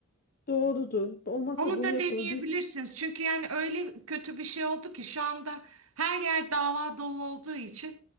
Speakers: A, on the left (about 45°); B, on the right (about 85°).
A: Doğrudur. Olmazsa
B: Onu
A: bunu
B: da
A: yapalım.
B: deneyebilirsiniz.
A: Biz
B: Çünkü yani öyle kötü bir şey oldu ki şu anda her yer dava dolu olduğu için